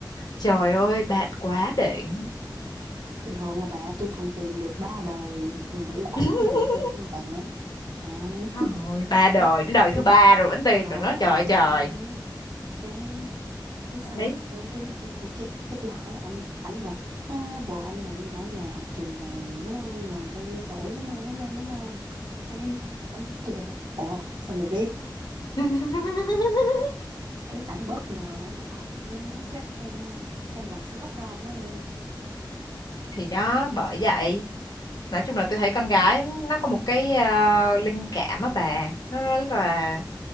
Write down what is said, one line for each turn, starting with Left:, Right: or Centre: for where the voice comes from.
Left: Trời ơi, bạn quá đỉnh.
Right: bình thường mà bà tôi còn tìm được ba đời người yêu cũ
Left: <laughs>
Right: của bồ tôi mà bà trời ơi
Left: rồi, ba đời,
Right: thế
Left: đến đời thứ
Right: tôi
Left: ba rồi vẫn tìm
Right: và
Left: được nó trời
Right: đúng
Left: ơi trời.
Right: rồi. cái cái xong
Left: Đấy.
Right: mới cái cái cái tôi hỏi anh anh là "Ờ, bồ anh bạn nhỏ này học trường này đúng không rồi bao nhiêu tuổi đúng không đúng không đúng không cái anh kêu ủa sao mày biết
Left: <laughs>
Right: cái ảnh bất ngờ kêu, má chắc ờ, em làm sherlock Holmes đó em
Left: Thì đó, bởi vậy. Nói chung là tôi thấy con gái nó có một cái ờ, linh cảm á bà. Nó rất là